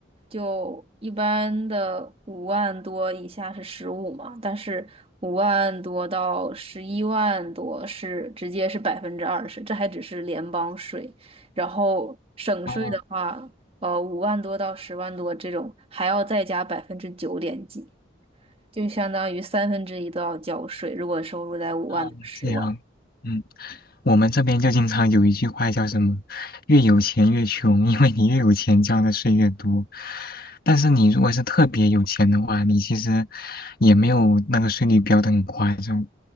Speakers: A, on the right (about 30°); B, on the left (about 50°).
A: 就一般的五万多以下是十五嘛，但是五万多到十一万多是直接是百分之二十，这还只是联邦税，然后省税的话，
B: 哦
A: 呃，五万多到十万多这种还要再加百分之九点几，就相当于三分之一都要交税，如果收入在五万到十万。
B: 哦，这样，嗯。我们这边就经常有一句话叫什么“越有钱越穷”，因为你越有钱交的税越多。但是你如果是特别有钱的话，你其实也没有那个税率标的很夸张。